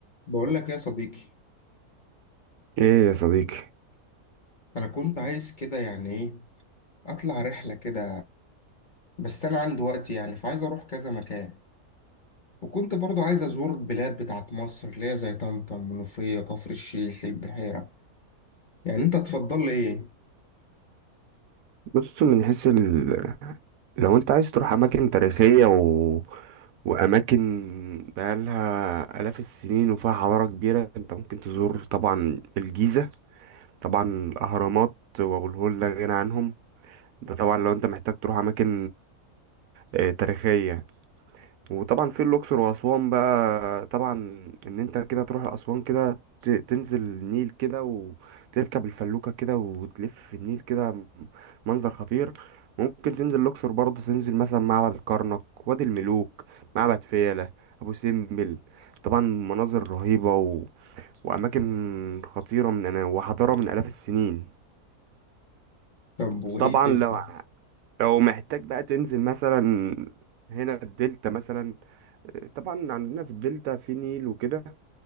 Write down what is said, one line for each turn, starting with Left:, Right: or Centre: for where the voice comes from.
Left: بقول لك يا صديقي
Right: ايه يا صديقي
Left: انا كنت عايز كده يعني ايه اطلع رحله كده بس انا عندي وقت يعني فعايز اروح كذا مكان وكنت برضو عايز ازور البلاد بتاعت مصر اللي هي زي طنطا المنوفيه كفر الشيخ البحيره يعني انت تفضل لي ايه
Right: بص من حيث ال... لو انت عايز تروح اماكن تاريخية و... واماكن بقالها الاف السنين وفيها حضارة كبيرة انت ممكن تزور طبعا الجيزة طبعا الاهرامات وابو الهول لا غنى عنهم ده طبعا لو انت محتاج تروح اماكن آه، تاريخية وطبعا في الاقصر واسوان بقى طبعا ان انت كده تروح اسوان كده ت- تنزل النيل كده وتركب الفلوكه كده وتلف في النيل كده م- منظر خطير ممكن تنزل الاقصر برضه تنزل مثلا معبد الكرنك وادي الملوك معبد فيلة ابو سمبل طبعا مناظر رهيبه و... واماكن خطيره من أنا وحضاره من الاف السنين
Left: طب وايه
Right: طبعا
Left: تاني؟
Right: لو لو محتاج بقى تنزل مثلا هنا الدلتا مثلا طبعا عندنا في الدلتا في نيل وكده